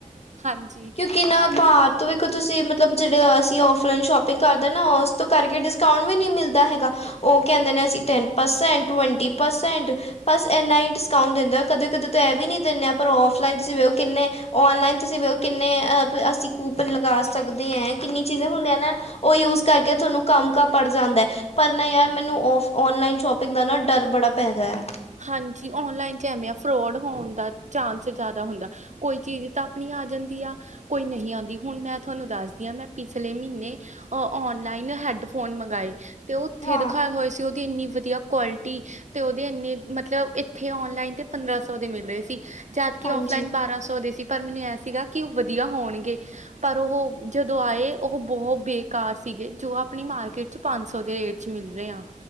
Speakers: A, on the right; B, on the left.
A: ਹਾਂਜੀ
B: ਮਤਲਬ ਕਿ ਨਾ ਬਾਹਰ ਤੋਂ ਵੇਖੋ ਤੁਸੀਂ ਮਤਲਬ ਜਿਹੜੇ ਅਸੀਂ ਔਫਲਾਈਨ ਸ਼ੋਪਿੰਗ ਕਰਦੇ ਨਾ ਉਸ ਤੋਂ ਕਰਕੇ ਡਿਸਕਾਊਂਟ ਵੀ ਨਹੀਂ ਮਿਲਦਾ ਹੈਗਾ। ਉਹ ਕਹਿੰਦੇ ਨੇ ਅਸੀਂ ਟੈਨ ਪਰਸੈਂਟ ਟਵੰਟੀ ਪਰਸੈਂਟ ਬਸ ਇਨਾ ਹੀ ਡਿਸਕਾਂਉਟ ਦਿੰਦੇ ਨੇ। ਕਦੇ ਕਦੇ ਤਾਂ ਇਹ ਵੀ ਨੀ ਦਿੰਦੇ ਹ ਪਰ ਆਫਲਾਈਨ ਤੁਸੀਂ ਵੇਖੋ ਕਿੰਨੇ ਔਨਲਾਈਨ ਤੁਸੀਂ ਵੇਖੋ ਕਿੰਨੇ ਅ ਅਸੀਂ ਕੂਪਨ ਲਗਾ ਸਕਦੇ ਹੈ ਕਿੰਨੀ ਚੀਜ਼ਾਂ ਹੁੰਦੀਆਂ ਨਾ ਉਹ ਯੂਜ ਕਰਕੇ ਤੁਹਾਨੂੰ ਕੰਮ ਕ ਪੜ ਜਾਂਦਾ ਹੈ। ਪਰ ਨਹੀ ਯਾਰ ਮੈਨੂੰ ਆਫ ਔਨਲਾਈਨ ਸ਼ੋਪਿੰਗ ਦਾ ਨਾ ਡਰ ਬੜਾ ਪੈਦਾ ਹੈ।
A: ਹਾਂਜੀ ਔਨਲਾਈਨ ਚ ਐਵੇਂ ਆ ਫਰੋਡ ਹੋਣ ਦਾ ਚਾਂਸ ਜ਼ਿਆਦਾ ਹੁੰਦਾ। ਕੋਈ ਚੀਜ਼ ਤਾਂ ਆਪਣੀ ਆ ਜਾਂਦੀ ਆ। ਕੋਈ ਨਹੀਂ ਆਉਂਦੀ ਹੁਣ ਮੈਂ ਤੁਹਾਨੂੰ ਦੱਸਦੀ ਹਾਂ ਮੈਂ ਪਿਛਲੇ ਮਹੀਨੇ ਅ ਔਨਲਾਈਨ ਹੈਡਫੋਨ ਮੰਗਵਾਏ। ਅਤੇ ਉਥੇ
B: ਹਾਂ
A: ਦਖਾਏ ਹੋਏ ਸੀ ਉਹਦੀ ਇੰਨੀ ਵਧੀਆ ਕੁਆਲਿਟੀ ਅਤੇ ਉਹਦੇ ਇੰਨੇ ਮਤਲਬ ਇੱਥੇ ਔਨਲਾਈਨ ਤੇ ਪੰਦਰਾਂ ਸੌ ਦੇ ਮਿਲ ਰਹੇ ਸੀ ਜਦਕਿ
B: ਹਾਂਜੀ
A: ਆਫਲਾਈਨ ਬਾਰਾਂ ਸੌ ਦੇ ਸੀ। ਪਰ ਮੈਨੂੰ ਇਹ ਸੀਗਾ ਕਿ ਉਹ ਵਧੀਆ ਹੋਣਗੇ। ਪਰ ਉਹ ਜਦੋਂ ਆਏ ਉਹ ਬਹੁਤ ਬੇਕਾਰ ਸੀਗੇ ਜੋ ਆਪਣੀ ਮਾਰਕੀਟ ਚ ਪੰਜ ਸੌ ਦੇ ਰੇਟ ਚ ਮਿਲ ਰਹੇ ਆ